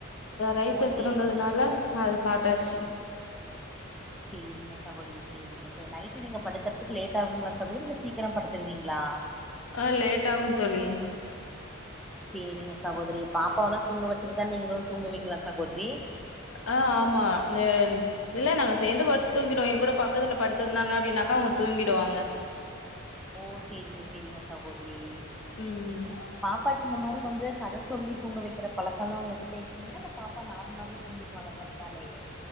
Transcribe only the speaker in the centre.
ஓ
சேரிங்க
சேரிங்க சகோதரி
சேரிங்க சகோதரி சேரிங்க ச நைட்டு நீங்க படுக்குறதுக்கு லேட் ஆகுங்களா சகோதரி இல்ல சீக்கிரோ படுத்துருவீங்களா
சேரிங்க சகோதரி பாப்பாவ எல்லா தூங்க வச்சுட்டுதா நீங்களு தூங்குவீங்களா சகோதரி
ஓ சேரிங்க சேரிங்க சகோதரி
பாப்பாக்கு இந்த மாரி வந்து கத சொல்லி தூங்க வக்கிற பழக்கல்லா உங்க கிட்ட இருக்குங்கலா இல்ல பாப்பா நார்மலாவே தூங்கிருவாலா படுத்தாலேயே